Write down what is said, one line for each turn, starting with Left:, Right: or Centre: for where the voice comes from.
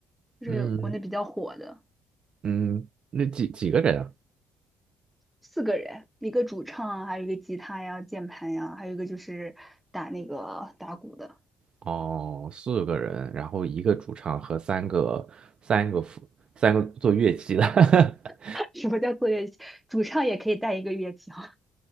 Centre: 就是国内比较火的，
Right: 嗯嗯，那几几个人啊？
Centre: 四个人，一个主唱啊，还有一个吉他呀、键盘呀，还有一个就是打那个打鼓的。
Right: 哦，四个人，然后一个主唱和三个三个辅三个做乐器的。<laughs>
Centre: <laughs> 什么叫做乐器？主唱也可以带一个乐器啊，